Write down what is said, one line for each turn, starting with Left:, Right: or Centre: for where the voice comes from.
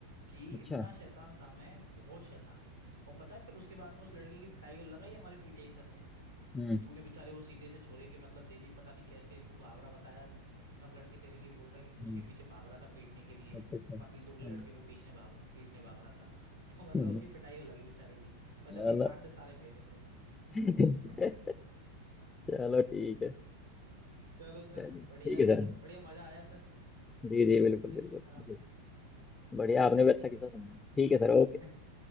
Right: कि
Left: अच्छा
Right: इतना शैतान था मैं बहुत शैतान और पता है फिर उसके बाद में उस लड़की की पिटाई और लगाई हमारे पीटीआई सर ने
Left: हम्म
Right: कि तूने बेचारे वो सीधे से छोरे के मतलब दे दी पता नहीं कैसे तू भाग रहा बताया सब लड़के तेरे लिए बोल रहे हैं कि तू
Left: हम्म,
Right: उसके पीछे भाग रहा था पीटने के लिए
Left: अच्छा अच्छा
Right: वो पतले दुबले
Left: हम्म,
Right: लड़के को पीछने भाग पीटने भाग रहा था <laughs> तो मतलब
Left: हम्म,
Right: उसकी पिटाई हो लगी बेचारे की और जबकि
Left: चलो
Right: कांड सारे मेरे थे
Left: <laughs>
Right: <laughs>
Left: चलो ठीक है
Right: चलो सर
Left: चलिए
Right: बढ़िया
Left: ठीक
Right: है
Left: है
Right: सर
Left: सर
Right: बढ़िया मजा आया सर
Left: जी जी बिल्कुल
Right: किससे
Left: बिल्कुल
Right: सुनकर आपसे
Left: जी, बढ़िया आपने
Right: ठीक
Left: भी अच्छा
Right: है
Left: किस्सा
Right: सर
Left: सुनाया ठीक है सर ओके
Right: <laughs>